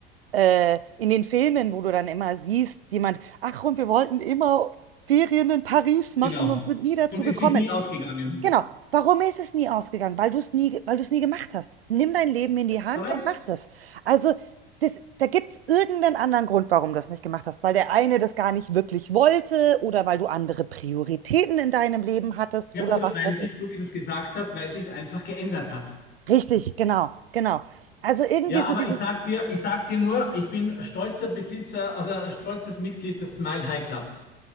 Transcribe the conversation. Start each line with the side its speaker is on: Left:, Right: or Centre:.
Right: äh, in den Filmen, wo du dann immer siehst, jemand, ach, und wir wollten immer Ferien in Paris machen
Left: Genau.
Right: und sind nie dazu
Left: Und es
Right: gekommen.
Left: ist nie ausgegangen.
Right: Genau. Warum ist es nie ausgegangen? Weil du es nie, weil du es nie gemacht hast. Nimm dein Leben in die Hand
Left: Korrekt?
Right: und mach das. Also, das, da gibt es irgendeinen anderen Grund, warum du das nicht gemacht hast. Weil der eine das gar nicht wirklich wollte oder weil du andere Prioritäten in deinem Leben hattest
Left: Ja,
Right: oder
Left: oder
Right: was
Left: weil
Right: weiß
Left: sich,
Right: ich.
Left: so wie du es gesagt hast, weil sich es einfach geändert hat.
Right: Richtig, genau, genau. Also irgendwie
Left: Ja,
Right: so
Left: aber
Right: dieses.
Left: ich sag dir, ich sag dir nur, ich bin stolzer Besitzer oder stolzes Mitglied des Mile High Clubs.